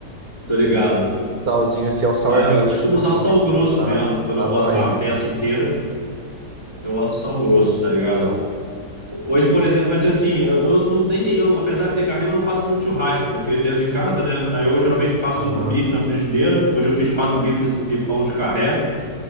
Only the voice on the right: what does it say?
Ele fica aquele salzinho, assim, é o sal
argentino,
assim,
que eles
usam na,
na
parrilha.
Então,
aham.